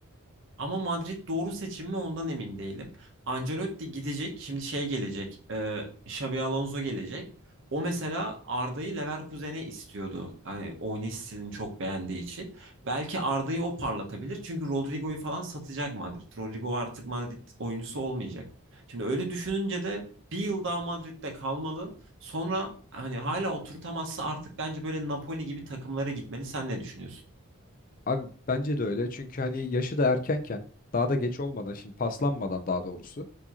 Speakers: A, on the right; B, on the left.
A: Ama Madrid doğru seçim mi ondan emin değilim. Ancelotti gidecek. Şimdi şey gelecek. E, Xabi Alonso gelecek. O mesela Arda'yı Leverkusen'e istiyordu. Hani oynayış stilini çok beğendiği için. Belki Arda'yı o parlatabilir. Çünkü Rodrigo'yu falan satacak Madrid. Rodrigo artık Madrid oyuncusu olmayacak. Şimdi öyle düşününce de bir yıl daha Madrid'de kalmalı. Sonra hani hala oturtamazsa artık bence böyle Napoli gibi takımlara gitmeli. Sen ne düşünüyorsun?
B: Abi bence de öyle çünkü hani yaşı da erkenken daha da geç olmadan şimdi paslanmadan daha doğrusu